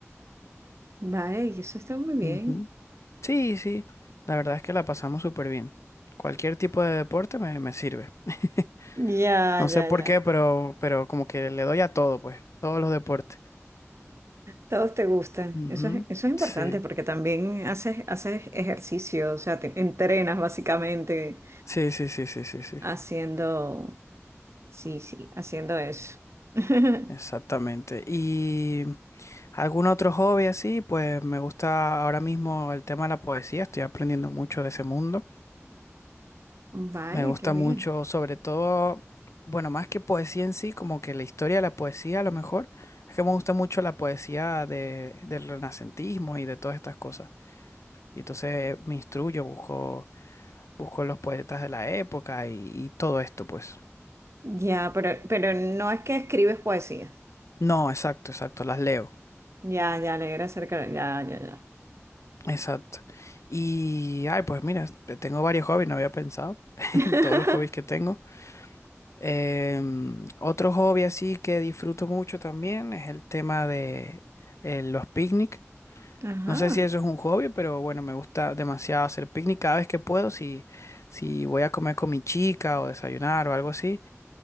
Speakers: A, on the right; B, on the left.
A: vale, y eso está muy bien.
B: Ujú. Sí, sí, la verdad es que la pasamos súper bien. Cualquier tipo de deporte me, me sirve. <laughs>
A: Ya,
B: No sé
A: ya,
B: por
A: ya.
B: qué, pero, pero como que le doy a todo, pues, todos los deportes.
A: Todos te gustan.
B: Ujú.
A: Eso es, eso es importante
B: Sí,
A: porque también haces, haces ejercicio, o sea, te entrenas básicamente
B: sí, sí, sí, sí, sí, sí.
A: haciendo Sí, sí, haciendo eso. <laughs>
B: Exactamente. ¿Y algún otro hobby así? Pues me gusta ahora mismo el tema de la poesía, estoy aprendiendo mucho de ese mundo.
A: Vale,
B: Me gusta
A: qué bien.
B: mucho, sobre todo, bueno, más que poesía en sí, como que la historia de la poesía a lo mejor. Es que me gusta mucho la poesía de, del renacentismo y de todas estas cosas. Y entonces me instruyo, busco, busco los poetas de la época y, y todo esto, pues.
A: Ya, pero, pero no es que escribes poesía.
B: No, exacto, exacto, las leo.
A: Ya, ya, leer acerca de... Ya, ya, ya.
B: Exacto. Y, ay, pues mira, te- tengo varios hobbies, no había pensado <laughs>
A: <laughs>
B: en todos los hobbies que tengo. Em, otro hobby así que disfruto mucho también es el tema de eh, los picnic.
A: Ajá.
B: No sé si eso es un hobby, pero bueno, me gusta demasiado hacer picnic cada vez que puedo, si, si voy a comer con mi chica o desayunar o algo así,